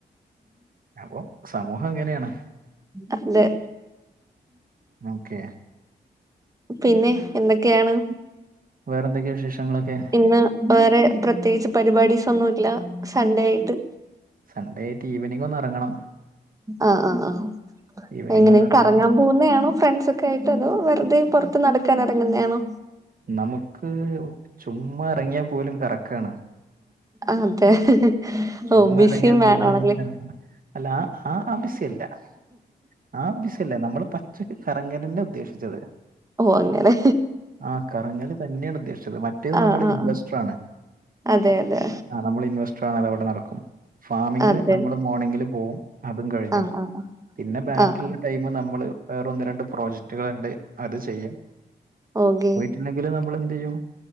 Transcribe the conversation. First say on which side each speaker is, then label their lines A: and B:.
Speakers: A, on the right (about 50°); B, on the right (about 20°).
A: അപ്പൊ സമൂഹം അങ്ങനെയാണ്
B: അതെ
A: ഓക്കെ
B: പിന്നെ എന്തൊക്കെയാണ്
A: വേറെ എന്തൊക്കെയോ വിശേഷങ്ങളൊക്കെ
B: ഇന്ന് വേറെ പ്രത്യേകിച്ച് പരിപാടീസ് ഒന്നുമില്ല സൺഡേ ആയിട്ട്
A: സൺഡേ ആയിട്ട് ഈവനിംഗ് ഒന്ന് ഇറങ്ങണം
B: ആഹ ആഹ് ആഹ്
A: ഈവനിങ്
B: എങ്ങനെ
A: ഒന്ന് ഇറങ്ങി
B: കറങ്ങാൻ പോന്നെയാണോ ഫ്രണ്ട്സൊക്കെ ആയിട്ട് അതോ വെറുതെ പുറത്ത് നടക്കാൻ ഇറങ്ങുന്നയാണോ
A: നമുക്ക് ചുമ്മാ ഇറങ്ങിയാൽ പോലും കറക്കാണ്
B: അതെ
A: ചുമ്മാ
B: ഓ ബിസി
A: ഇറങ്ങിയാ പോലും
B: മാൻ
A: അതിനകത്തു
B: ആണല്ലേ
A: <unintelligible> ആ <unintelligible> നമ്മള് പച്ചക്ക് കറങ്ങല് തന്നെയാ ഉദ്ദേശിച്ചത്
B: ഓ അങ്ങനെ
A: ആ കറങ്ങല് തന്നെയാണ് ഉദ്ദേശിച്ചത് മറ്റേത്
B: ആഹ്
A: നമ്മള്
B: ആഹ്
A: ഇൻവെസ്റ്ററാണ്
B: ആഹ് അതെ അതെ
A: ആഹ് നമ്മൾ ഇൻവെസ്റ്ററാണ് അതേ പോലെ നടക്കും ഫാമിംഗ്
B: അതെ
A: നമ്മള് മോർണിങ്ങില് പോകും അതും കഴിഞ്ഞു
B: ആഹ് ആഹ്
A: പിന്നെ ബാക്കിയുള്ള
B: ആഹ് ആഹ്
A: ടൈമ് നമ്മള് വേറെ ഒന്ന് രണ്ട് പ്രോജക്ടുകളുണ്ട് അത് ചെയ്യും
B: ഓക്കെ
A: ഇല്ലങ്കില് നമ്മൾ എന്ത് ചെയ്യും